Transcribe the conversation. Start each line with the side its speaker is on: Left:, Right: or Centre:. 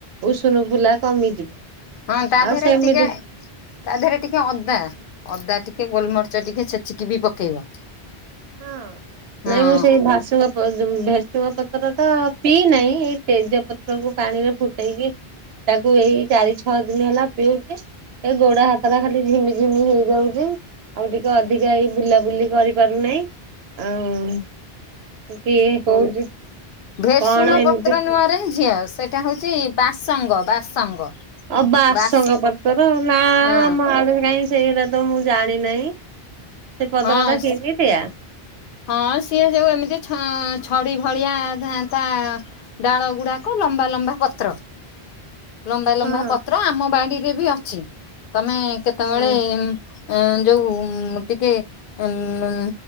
Right: ଉଷୁନୁ ଫୁଲା କମିଯିବ।
Left: ହଁ ତା
Right: ଆଉ
Left: ଦିହରେ
Right: ସେମିତି
Left: ଟିକେ। ତା ଦେହରେ ଟିକେ ଅଦା ଅଦା ଟିକେ ଗୋଲମରଚ ଟିକେ ଛେଚିକି ବି ପକେଇବ।
Right: ହଁ
Left: ହଁ
Right: ନାଇଁ ମୁଁ ସେଇ ଭା ଭେସୁ ପ ଜ ଉଁ ଭେସୁଙ୍ଗ ପତ୍ର ତ ପିଇନାହିଁ ଏଇ ତେଜ ପତ୍ରକୁ ପାଣିରେ ଫୁଟେଇକି ତାକୁ ଏଇ ଚାରି ଛଅ ଦିନ ହେଲା ପିଉଛି। ଏ ଗୋଡ଼ା ହାତଟା ଖାଲି ଝିମି ଝିମି ହେଇଯାଉଛି। ଆଉ ଟିକେ ଅଧିକା ଏଇ ବୁଲାବୁଲି କରିପାରୁନାହିଁ। ଉଁ କିଏ କହୁଛି
Left: ଭେରସୁଙ୍ଗ
Right: କଣ ଏମିତି
Left: ପତ୍ର ନୁହଁରେ ଝିଅ ସେଟା ହଉଛି ବାସଙ୍ଗ ବାସଙ୍ଗ।
Right: ଅ ବାସଙ୍କ
Left: ବାସ
Right: ପତର ନା
Left: ହଁ
Right: ଆମ ଆଡ କାଇହିଁ ସେଇଗୁଡ଼ା ତ ମୁଁ ଜାଣି ନାହିଁ। ସେ ପଦର
Left: ହଁ
Right: ଟା କେମିତିଆ?
Left: ହଁ ସିଏ ଯୋଉ ଏମିତି ଛ ଛଡି ଭଳିଆ ତା ତା ଡାଳ ଗୁଡାକ ଲମ୍ବା ଲମ୍ବା ପତ୍ର। ଲମ୍ବା ଲମ୍ବା
Right: ହଁ
Left: ପତ୍ର ଆମ ବାଡିରେ ବି ଅଛି ତମେ କେତେବେଳେ।
Right: ହଁ
Left: ଅ ଯୋଉ ଉଁ ଟିକେ ଉମ ଉମ